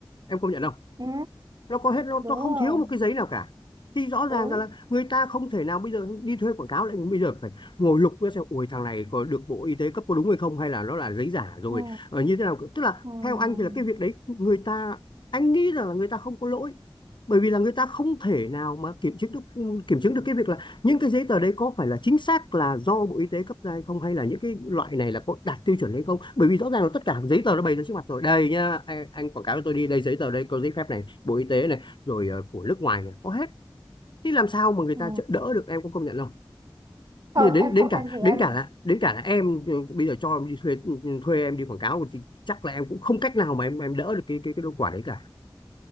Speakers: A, on the left (about 65°); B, on the right (about 50°).
A: em công nhận không
B: ừ.
A: nó có hết nó,
B: đúng
A: nó không
B: rồi
A: thiếu một cái giấy nào cả thì rõ ràng
B: đúng
A: là người ta không thể nào bây giờ đi thuê quảng cáo lại bây giờ phải ngồi lục ra xem ôi thằng này có được Bộ Y tế cấp có đúng hay không hay là nó là giấy giả rồi
B: ừ
A: ờ, như thế nào tức là
B: ừ
A: theo anh thì là cái việc đấy người ta anh nghĩ rằng là người ta không có lỗi bởi vì là người ta không thể nào mà kiểm chứng được kiểm chứng được cái việc là những cái giấy tờ đấy có phải là chính xác là do Bộ Y tế cấp ra hay không hay là những cái loại này là có đạt tiêu chuẩn hay không bởi vì rõ ràng là tất cả giấy tờ nó bày ra trước mặt rồi đây nhá anh, anh quảng cáo cho tôi đi đây giấy tờ đây có giấy phép này Bộ Y tế này rồi ờ, của nước ngoài này có hết thì làm sao mà người
B: ừ
A: ta chợ- đỡ được em có công nhận không bây
B: không
A: giờ đến
B: em
A: đến
B: không
A: cả
B: em thì em
A: đến cả là đến cả là em ừ, bây giờ cho em đi thuê ừ, ừ, thuê em đi quảng cáo thì chắc là em cũng không cách nào mà em em đỡ được cái cái cái đau quả đấy cả